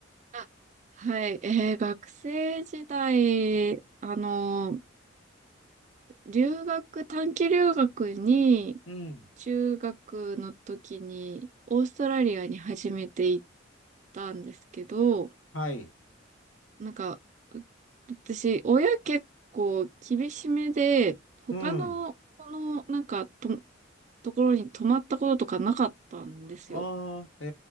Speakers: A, on the right; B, on the left.
A: あ、はい。えー学生時代、あの、留学、短期留学に、
B: うん。
A: 中学の時に、オーストラリアに初めて行ったんですけど、
B: はい。
A: なんか、う私、親結構厳しめで、他の、
B: うん。
A: この、なんかと、ところに泊まったこととかなかったんですよ。
B: ああ、へ